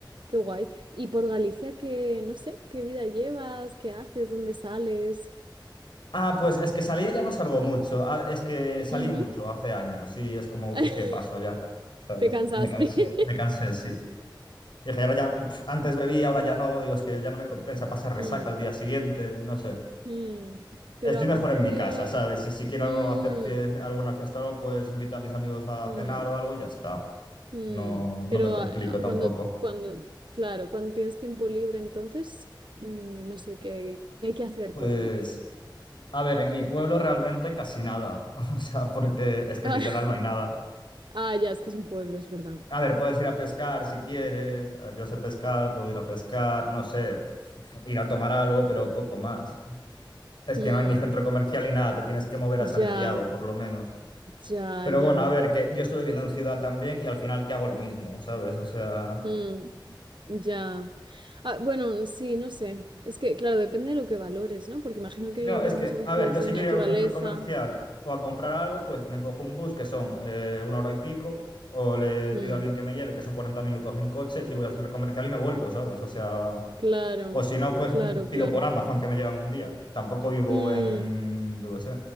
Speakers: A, on the right (about 70°); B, on the left (about 70°).
A: qué guay. Y por Galicia, qué no sé, qué vida llevas, qué haces, dónde sales.
B: Ah, pues es que salir ya no salgo mucho. Ah, es que salí
A: Ujú.
B: mucho hace años y es como, uff,
A: <laughs>
B: es que paso ya, ¿sabes?
A: Te cansaste.
B: Me cansé,
A: <laughs>
B: me cansé, sí. Dije, ahora ya, pf, antes bebí, ahora ya no. Digo, es que ya no me compensa pasar
A: Mm.
B: resaca al día siguiente, no sé.
A: Mm, pero
B: Estoy
A: aparte
B: mejor en mi
A: de...
B: casa, ¿sabes? Y si quiero
A: Mm,
B: algo hacer fie- alguna fiesta o algo, pues invito a mis amigos a
A: mm,
B: cenar o algo y ya está.
A: mm,
B: No, no
A: pero
B: me complico
A: a- a-
B: tampoco.
A: cuando, cuando, claro, cuando tienes tiempo libre, entonces, mm, no sé qué, qué hay que hacer
B: Pues,
A: por ahí.
B: a ver, en mi pueblo realmente casi nada. <laughs> O sea, porque es que
A: Ah,
B: literal
A: <laughs>
B: no hay nada.
A: ah, ya, es que es un pueblo, es verdad.
B: A ver, puedes ir a pescar si quieres. A ver, yo sé pescar, puedo ir a pescar, no sé, ir a tomar algo, pero poco más. Es
A: Mm,
B: que no hay ni centro comercial ni nada, te tienes que mover a Santiago,
A: ya,
B: por lo menos.
A: ya,
B: Pero
A: ya.
B: bueno, a ver, que yo estuve viviendo en ciudad también y al final que hago lo mismo, ¿sabes? O sea,
A: Mm, ya. Ah, bueno, sí, no sé. Es que, claro, depende de lo que valores, ¿no? Porque imagino que
B: claro,
A: ahí habrá
B: es que,
A: muchas actividades
B: a ver, yo si
A: de naturaleza.
B: quiero ir a un centro comercial o a comprar algo, pues me cojo un bus que son eh, una hora y pico, o le
A: Mm.
B: pido a alguien que me lleve, que son 40 minutos en coche, y voy al centro comercial y me vuelvo, ¿sabes? O sea,
A: Claro,
B: O si no, pues
A: claro,
B: pido
A: claro.
B: por Amazon que me llegan un día. Tampoco vivo
A: Mm,
B: en, yo qué sé,